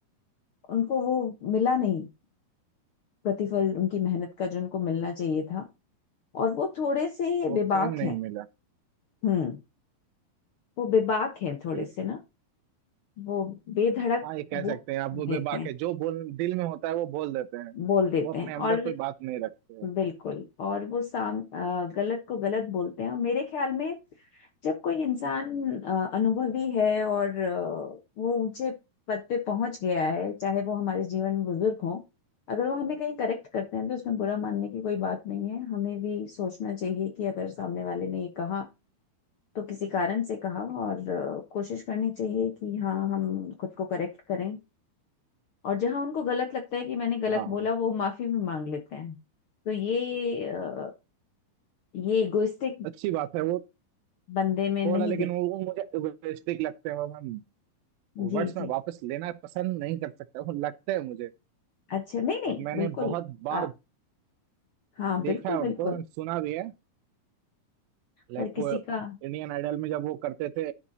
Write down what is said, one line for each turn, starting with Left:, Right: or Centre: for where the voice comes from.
Left: उनको वो मिला नहीं प्रतिफल उनकी मेहनत का जो उनको मिलना चाहिए था और वो थोड़े से
Right: वो
Left: बेबाक
Right: फेम नहीं
Left: हैं
Right: मिला
Left: हम्म वो बेबाक हैं थोड़े
Right: एक
Left: से ना वो बेधड़क
Right: हाँ ये कह
Left: बोल
Right: सकते हैं आप वो
Left: देते
Right: बेबाक
Left: हैं
Right: है जो बोल दिल में होता है वो बोल देते हैं
Left: बोल देते
Right: वो अपने
Left: हैं
Right: अंदर
Left: और
Right: कोई बात नहीं रखते हैं
Left: बिल्कुल और वो साम अ, गलत को गलत बोलते हैं और मेरे ख्याल में जब कोई इंसान अ, अनुभवी है और अ, वो ऊंचे पद पे पहुंच गया है चाहे वो हमारे जीवन में बुजुर्ग हो अगर वो हमें कहीं करेक्ट करते हैं तो उसमें बुरा मानने की कोई बात नहीं है हमें भी सोचना चाहिए कि अगर सामने वाले ने ये कहा तो किसी कारण से कहा और अ, कोशिश करनी चाहिए कि हाँ हम खुद को करेक्ट करें और जहां उनको गलत लगता है कि मैंने गलत
Right: हाँ
Left: बोला वो माफी भी मांग लेते हैं तो ये अ, ये इगोइस्टिक
Right: अच्छी बात है वो
Left: बंदे में नहीं
Right: थोड़ा लेकिन
Left: देख
Right: वो वो मुझे इगोइस्टिक लगते हैं वो मैं
Left: जी
Right: वर्ड्स में
Left: जी
Right: वापस लेना पसंद नहीं कर सकता हूँ लगता है मुझे
Left: अच्छा नहीं नहीं
Right: लाइक मैंने
Left: बिल्कुल
Right: बहुत बार
Left: आप हाँ
Right: देखा
Left: बिल्कुल
Right: है
Left: बिल्कुल
Right: उनको and सुना भी है लाइक
Left: हर किसी
Right: वो
Left: का
Right: इंडियन आइडल में जब वो करते थे